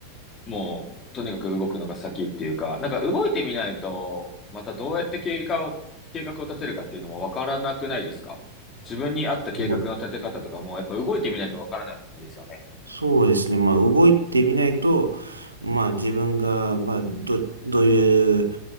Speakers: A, on the left (about 25°); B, on the right (about 80°).
A: もう、とにかく動くのが先っていうか、なんか動いてみないと、またどうやって計画を、計画を立てるかっていうのもわからなくないですか自分に合った計画の立て方とかも、
B: もう
A: やっぱ動いてみないとわからないと思うんですよね。
B: そうですね。まあ、動いてみないと、まあ、自分が、まあ、ど、どういう